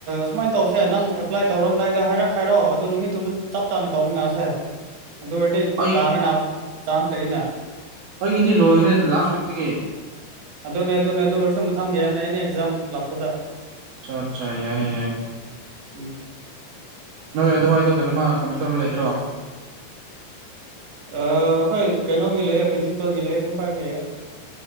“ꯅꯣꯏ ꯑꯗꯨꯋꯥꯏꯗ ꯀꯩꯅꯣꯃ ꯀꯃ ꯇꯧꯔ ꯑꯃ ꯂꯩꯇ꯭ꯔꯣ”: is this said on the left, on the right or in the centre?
Right